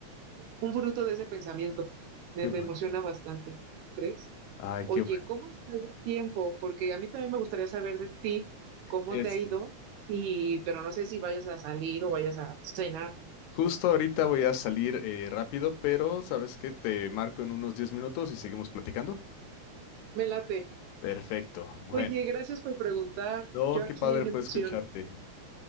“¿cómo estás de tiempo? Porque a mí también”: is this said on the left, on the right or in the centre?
Right